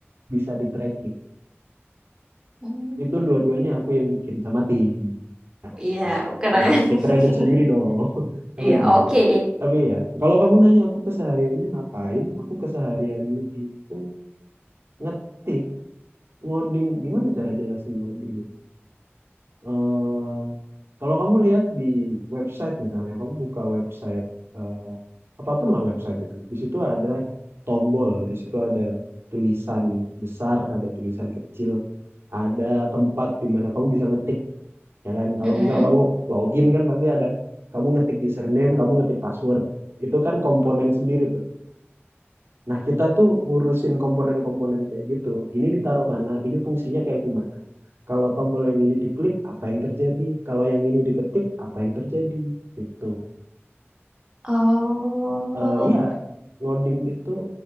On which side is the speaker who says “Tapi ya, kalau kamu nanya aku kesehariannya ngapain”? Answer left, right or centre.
Right